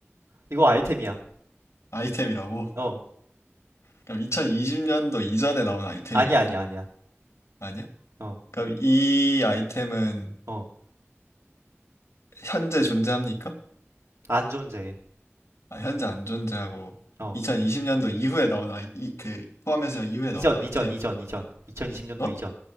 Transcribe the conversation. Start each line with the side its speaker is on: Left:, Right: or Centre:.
Right: 이거 아이템이야.
Left: 아이템이라고?
Right: 어,
Left: 그럼 2020년도 이전에 나온 아이템입니까?
Right: 아니야, 아니야, 아니야.
Left: 아니야?
Right: 어,
Left: 그럼 이 아이템은
Right: 어,
Left: 현재 존재합니까?
Right: 안 존재해.
Left: 아, 현재 안 존재하고,
Right: 어,
Left: 2020년도 이후에 나온 아이, 이, 그, 포함해서
Right: 이, 이-
Left: 이후에
Right: 이전,
Left: 나온 아이템.
Right: 이전, 이전, 이전. 2020년도
Left: 어?
Right: 이전.